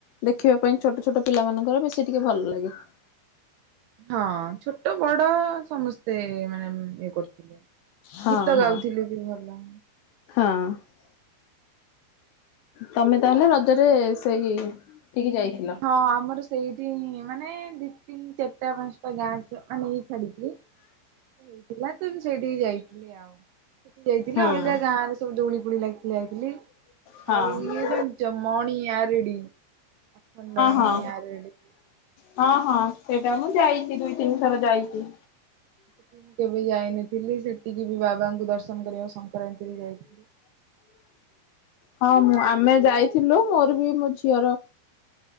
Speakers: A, on the left; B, on the right.
A: ଦେଖିବା ପାଇଁ ଛୋଟ ଛୋଟ ପିଲାମାନାନଙ୍କର ବେଶୀ ଟିକେ ଭଲ ଲାଗେ।
B: ହଁ ଛୋଟ ବଡ ସମ ସ୍ତେ ମାନେ ଇଏ କରୁଥିଲେ
A: ହଁ
B: ଗୀତ
A: ହଁ
B: ଗାଉଥିଲୁ ବି ଭଲ
A: ହଁ ତମେ ତାହେଲେ ରଜରେ ସେଇ ଠିକି ଯାଇଥିଲ।
B: ହଁ ଆମର ସେଇଠି ମାନେ ଦି ତିନି ଚାରିଟା ପାଞ୍ଚଟା ଗାଁ ଆ ନେଇ ଛାଡିକି ହେଇଥିଲା ତ ସେଇଠିକି ଯାଇଥିଲି ଆଉ ସେଠି ଯାଇଥିଲେ
A: ହୁଁ
B: ଅଲଗା
A: ହଁ
B: ଗାଁରେ ସବୁ ଦଉଳି ଫଉଳି ଲାଗିଥିଲା ଯାଇଥି ଥିଲି।
A: ହଁ
B: ଆଉ ଇଏ ଜାଣିଛ ମଣି ଆରଡି ଆଖଣ୍ଡଳ
A: ହଁ
B: ମଣି ଆରଡି
A: ହଁ ହଁ ସେଇଟା ମୁଁ ଯାଇଛି। ଦୁଇ ତିନି ଥର ଯାଇଛି।
B: ସେଠିକି ମୁଁ କେବେ ଯାଇନଥିଲି, ସେଠିକି ବି ବାବାଙ୍କୁ ଦର୍ଶନ କରିବାକୁ ସଂକ୍ରାନ୍ତିରେ ଯାଇଥିଲି।
A: ହଁ ମୁଁ ଆମେ ଯାଇଥିଲୁ, ମୋର ବି ମୋ ଝିଅର